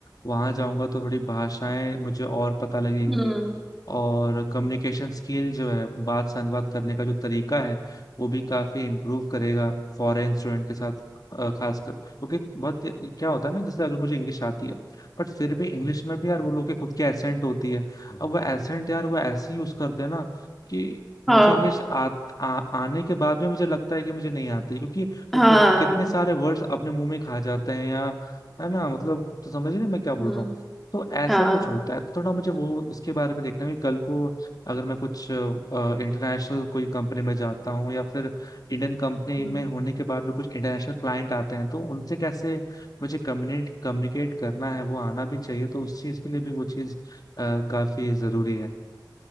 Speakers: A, on the left (about 55°); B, in the centre.
A: वहां जाऊंगा तो थोड़ी भाषाएं मुझे और पता लगेंगी
B: हम्म
A: और कम्युनिकेशन स्किल जो है बात से अनुवाद करने का जो तरीका है वो भी काफी इम्प्रूव करेगा फॉरेन स्टूडेंट के साथ अ, खासकर क्योंकि बहुत क्या होता है ना जैसे अगर मुझे इंग्लिश आती है बट फिर भी इंग्लिश में भी यार वो लोग के खुद की एसेंट होती है अब वो एसेंट यार वो ऐसे यूज करते हैं ना कि मुझे
B: हाँ
A: इंग्लिश आ, आ, आने के बाद में मुझे लगता है कि मुझे नहीं आती क्योंकि वो
B: हाँ
A: खुद कितने सारे वर्ड्स अपने मुंह में खा जाते हैं या है ना मतलब तो समझ रहे हैं मैं क्या बोल
B: हम्म
A: रहा हूँ तो ऐसा
B: हाँ
A: कुछ होता है तो थोड़ा मुझे वो उसके बारे में देखना है कि कल को अगर मैं कुछ इंटरनेशनल कोई कंपनी में जाता हूँ या फिर इंडियन कंपनी
B: हम्म,
A: में होने के बाद भी कुछ इंटरनेशनल क्लाइंट आते हैं तो उनसे कैसे मुझे कम्युनिकेट कम्युनिकेट करना है वो आना भी चाहिए तो उस चीज़ के लिए भी वो चीज़ अ, काफी जरूरी है